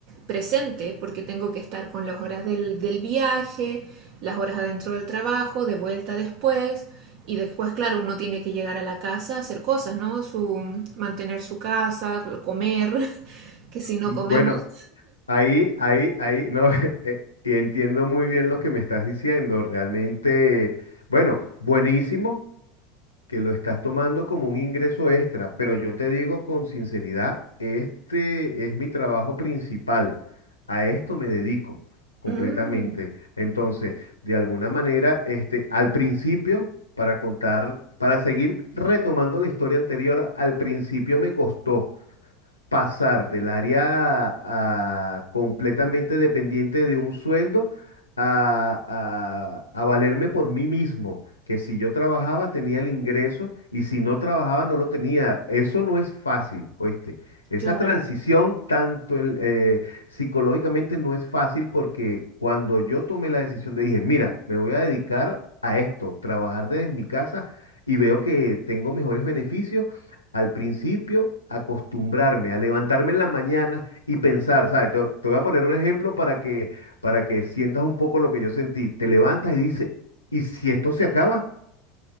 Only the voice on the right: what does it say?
presente porque tengo que estar con las horas del, del viaje, las horas adentro del trabajo, de vuelta después. Y después, claro, uno tiene que llegar a la casa a hacer cosas, ¿no? Su, mantener su casa, comer, <laughs> que si no
comemos...
Mm,
claro.